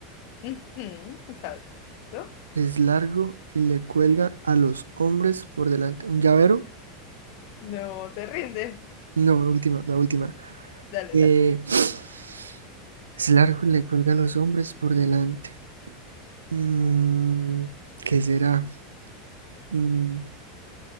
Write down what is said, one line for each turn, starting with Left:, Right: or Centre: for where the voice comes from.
Left: Ujú, exacto. No,
Right: Es largo y le cuelga a los hombres por delante. ¿Un llavero?
Left: No, te rindes.
Right: No, la última, la última.
Left: Dale,
Right: Eh,
Left: dale.
Right: <sniffs> es largo y le cuelga a los hombres por delante. Mm, ¿qué será? Mm,